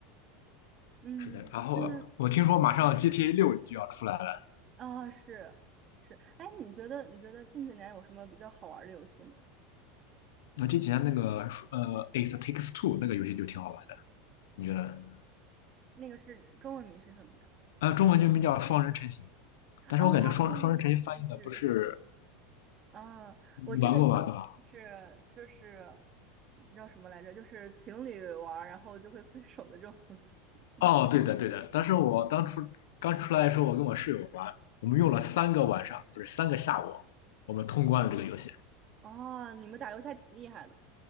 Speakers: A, on the right; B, on the left.
A: 嗯嗯，
B: 是的，然后我听说马上 GTA 六就要出来了，
A: 啊、是是，哎，你觉得你觉得近几年有什么比较好玩儿的游戏吗？
B: 那这几天那个呃《It Takes Two》那个游戏就挺好玩的，你觉得呢？
A: 那个是中文名是什么呀？
B: 呃，中文就名叫《双人成行》，但是我感觉双《双人成行》翻译的不是
A: 哦，是是是，嗯，
B: 你玩过吧，
A: 我记得
B: 对吧？
A: 是就是叫什么来着？就是情侣玩儿，然后就会分手的这种游戏。<laughs>
B: 哦，对的对的，但是我当初刚出来的时候，我跟我室友玩，我们用了三个晚上，不是三个下午，我们通关了这个游戏。
A: 哦，你们打游戏还挺厉害的